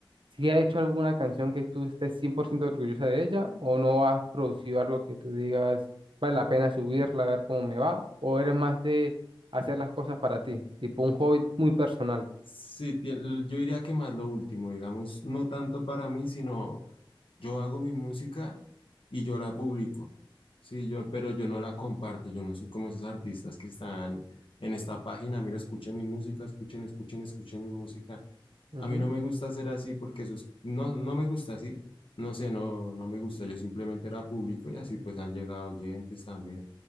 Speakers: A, on the right; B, on the left.
A: si has hecho alguna canción que tú estés 100% orgullosa de ella o no has producido algo que tú digas vale la pena subirla, a ver cómo me va, o eres más de hacer las cosas para ti, tipo un hobby muy personal.
B: Sí, tien- yo diría que más lo último, digamos, no tanto para mí, sino Yo hago mi música y yo la publico. Sí, yo, pero yo no la comparto, yo no soy como esos artistas que están en esta página, mira, escuchen mi música, escuchen, escuchen, escuchen mi música.
A: Ujú,
B: A mí no me gusta ser así porque eso es- no, no me gusta así, no sé, no, no me gusta, yo simplemente la publico y así pues han llegado oyentes también.